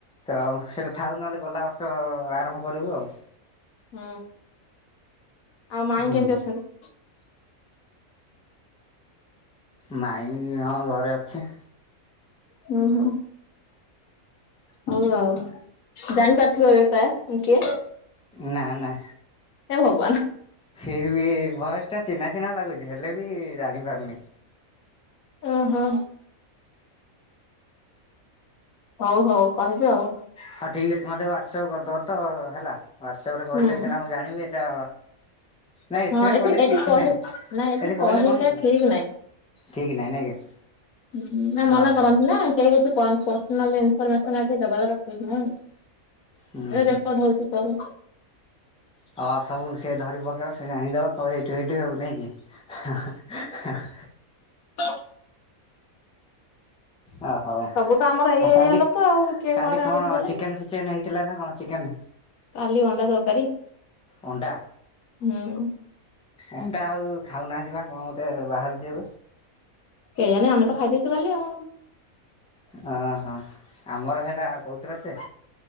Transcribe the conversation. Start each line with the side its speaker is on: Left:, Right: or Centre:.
Centre: ତ ସେଇଟା ଥାଉ ନହେଲେ ଗଲା ବର୍ଷ ଆରମ୍ଭ କରିବୁ ଆଉ।
Left: ହୁଁ ଆଉ ମାଇଁ
Centre: ହୁଁ
Left: କେମିତି ଅଛନ୍ତି?
Centre: ମାଇ ହଁ ଘରେ ଅଛି।
Left: ହୁଁ ହୁଁ ହଉ ଆଉ। ଜାଣିପାରୁଥିବ ଏବେ ପ୍ରାୟ ମୁଁ କିଏ?
Centre: ନା ନା।
Left: ହେ ଭଗବାନ।
Centre: ଫିର ବି ଭୟସ ଟା ଚିହ୍ନା ଚିହ୍ନା ଲାଗୁଛି ହେଲେ ବି ଜାଣି ପାରୁନି।
Left: ଉଁ ହୁଁ। ହଉ ହଉ କହିବି ଆଉ।
Centre: ହଁ ଠିକ୍ ଅଛି ମତେ ହ୍ୱାଟସପ୍ କରିଦବ ତ ହେଲା। ହ୍ୱାଟ୍ସଆପ ରେ କହିଲେ
Left: ହୁଁ
Centre: ସିନା ମୁଁ ଜାଣିବି ଏଟା ନାଇଁ ଏଥିରେ
Left: ହଁ ଏଠି
Centre: କହିଲେ ବି
Left: ଏଠି
Centre: କିଛି
Left: କହି
Centre: ନାଇଁ
Left: ନାଇଁ
Centre: ଏଠି କହିଲେ କଣ କି?
Left: ଠିକ
Centre: ଠିକ ନାଇଁ ନାଇଁ କି?
Left: ହୁଁ ନା ମନା
Centre: ଓହୋ
Left: କରନ୍ତି ନା। କେହି କିଛି ପନ ପର୍ସନାଲ ଇନ୍ଫରମେଶନ ଏଠି ଦବାକଥା ଠିକ ନୁଁହୁ ଏଠି
Centre: ହୁଁ ହୁଁ
Left: ରେକର୍ଡ ହଉଛି। ସେପ <unintelligible>
Centre: ହଁ ସବୁ ସିଏ ଧରି ପକେଇବ ସେ ଜାଣିଦବ କଇବ ଏଇଠୁ ହେଇଠୁ ନାଇକି। ହ
Left: ହଁ
Centre: ଓ ହଉ
Left: ସବୁ ତ ଆମର ଏଇ
Centre: ଆଉ
Left: ଏରିଆ
Centre: କାଲି
Left: ଲୋକ ଆଉ କିଏ
Centre: କାଲି
Left: କୁଆଡେ
Centre: କଣ
Left: ଆଉ ଗଲା
Centre: ଚିକେନ୍
Left: କି?
Centre: ଫିକେନ୍ ହେଇଥିଲା ନା କଣ ଚିକେନ୍
Left: କାଲି ଅଣ୍ଡା ତରକାରୀ
Centre: ଅଣ୍ଡା
Left: ହୁଁ।
Centre: ଅଣ୍ଡା ଆଉ ଖାଉନାହାନ୍ତି ବା କଣ ଗୋଟେ ବାହାରୁଛି ଏବେ?
Left: କେଜାଣି ଆମେ ତ ଖାଇ ଦେଇଛୁ କାଲି ଆଉ।
Centre: ଓହୋ ଆମର ସେଟା କହୁଥିଲା ଯେ